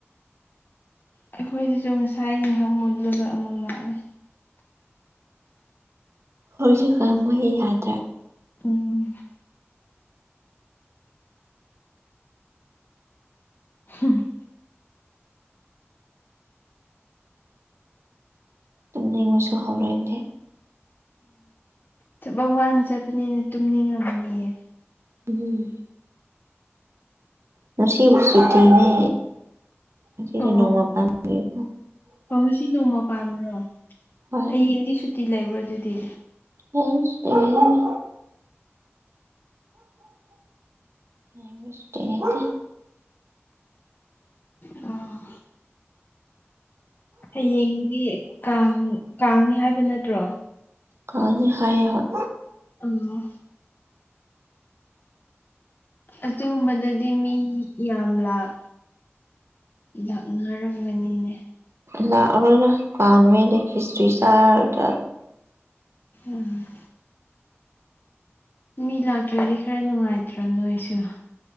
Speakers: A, on the left (about 45°); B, on the right (about 70°).
A: ꯑꯩꯈꯣꯏꯁꯤꯁꯨ ꯉꯁꯥꯏ ꯉꯥꯏꯍꯥꯛ ꯃꯨꯜꯂꯒ ꯑꯃꯨꯛ ꯂꯥꯛꯑꯦ
B: ꯍꯧꯖꯤꯛꯀꯥꯟ ꯃꯩ ꯌꯥꯗ꯭ꯔꯦ
A: ꯎꯝ ꯍꯥꯝ
B: ꯇꯨꯝꯅꯤꯡꯕꯁꯨ ꯍꯧꯔꯛꯑꯦꯅꯦ
A: ꯆꯠꯕ ꯋꯥꯅ ꯆꯠꯄꯅꯤꯅ ꯇꯨꯝꯅꯤꯡꯉꯕꯅꯤꯌꯦ
B: ꯎꯝ ꯉꯁꯤꯕꯨꯗꯤ ꯁꯨꯇꯤꯅꯦ ꯉꯁꯤꯗꯤ
A: ꯑꯣ
B: ꯅꯣꯡꯃ
A: ꯑꯣ
B: ꯄꯥꯟꯕꯒꯤꯀꯣ
A: ꯑꯣ ꯉꯁꯤ ꯅꯣꯡꯃ ꯄꯥꯟꯕꯔꯣ
B: ꯍꯣꯏ
A: ꯍꯌꯦꯡꯗꯤ ꯁꯨꯇꯤ ꯂꯩꯕ꯭ꯔꯣ ꯑꯗꯨꯗꯤ
B: ꯍꯌꯦꯡ ꯁꯨꯇꯤ ꯂꯩꯌꯦꯅꯥ ꯍꯌꯦꯡꯗꯤ ꯁꯨꯇꯤ ꯂꯩꯇꯦ
A: ꯑꯣ ꯍꯌꯦꯡꯗꯤ ꯀꯥꯡ ꯀꯥꯡꯅꯦ ꯍꯥꯏꯕ ꯅꯠꯇ꯭ꯔꯣ
B: ꯀꯥꯖꯦ ꯍꯥꯏ ꯍꯣꯏ
A: ꯇꯝꯉꯣ ꯑꯗꯨꯒꯨꯝꯕꯗꯗꯤ ꯃꯤ ꯌꯥꯝ ꯂꯥꯛ ꯂꯥꯛꯅꯔꯝꯒꯅꯤꯅꯦ
B: ꯂꯥꯛꯑꯣ ꯀꯥꯎꯟꯁꯤ ꯇꯏ ꯆꯥꯗ
A: ꯎꯝ ꯃꯤ ꯂꯥꯛꯇ꯭ꯔꯗꯤ ꯈꯔ ꯅꯨꯡꯉꯥꯏꯇ꯭ꯔꯣ ꯅꯣꯏꯁꯨ